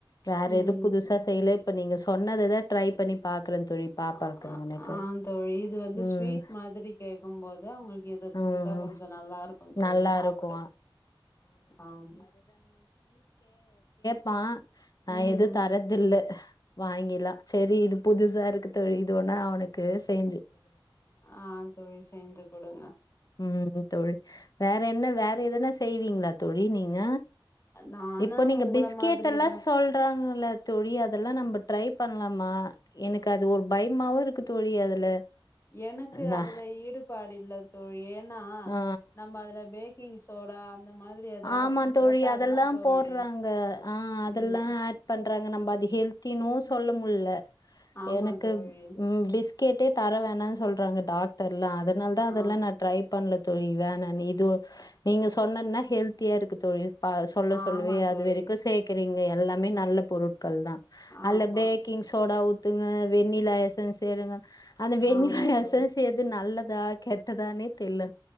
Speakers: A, on the left; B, on the left.
A: வேற
B: ம்
A: எது புதுசா செய்யல இப்ப நீங்க சொன்னதா ட்ரை பண்ணி பாக்குறன் தோழி பாப்பாக்கு
B: ஆ
A: அவனுக்கு
B: தோழி இது வந்து
A: ம்
B: ஸ்வீட் மாதிரி கேடக்கும்போது அவங்களுக்கு இத
A: ம்
B: குடுத்தா கொஞ்சம் நல்லா இருக்கும் தோழி
A: நல்லா
B: சாப்பிட
A: இருக்கு
B: ஆமா
A: பா நா
B: ம்
A: ஏதும் தரதில்லை வாங்கிலாம் சரி இது புதுசா இருக்கு தோழி இன்னோனு அவனுக்கு செய்
B: ஆஹ தோழி செஞ்சு குடுங்க
A: உம் தோழி வேற என்ன வேற எதனா செய்வீங்களா தோழி நீங்க
B: நானு
A: இப்போ நீங்க
B: உங்கள
A: பிஸ்கெட்
B: மாதிரிதா
A: எல்லாம் சொல்றாங்கள தோழி அதெல்லாம் நம்ம ட்ரை பண்ணலாமா எனக்கு அது ஒரு பயமாவு இருக்கு தோழி அதுல
B: எனக்கு
A: நா
B: அதுல ஈடுபாடு இல்ல தோழியே ஆன
A: ஆ
B: நம்ம அதுல பேக்கிங் சோடா அந்த மாதிரி ஏதாச்சு
A: ஆமந்தோழி
B: போட்டாதா
A: அதெல்லாம்
B: தோழி
A: போடுறாங்க ஆஹ் அதெல்லாம்
B: ம்
A: ஆட் பண் றாங்க நம்ம அது ஹெல்த்தினும் சொல்ல முல்ல
B: ஆமா
A: எனக்கு
B: தோழி
A: உம் பிஸ் கேட்டே தர வேணாம்னு சொல்றாங்க டாக்டர்ல அத அதுனால தான் அதெல்லாம்
B: ஆம்
A: நான் ட்ரை பண்ணலது தொழி வேணனு இது நீங்க சொன்னன ஹெல்தியா இருக்கு தோழி சொல்ல
B: ஆமா
A: சொல்லவே அது
B: தோழி
A: வரைக்கும் சேக்குறீங்க ங்க எல்லாமே நல்ல பொருட் கள்தான் அல்ல
B: ஆமா
A: பேக்கிங் சோடா உ த்துங்க வெண்ணிலா யசன் சேருங்க அந்த வெண்ணிலா
B: ஆமா தோழி
A: எசல்ஸ் எது நல்லது நல்லதா கெட்டதானே தெரில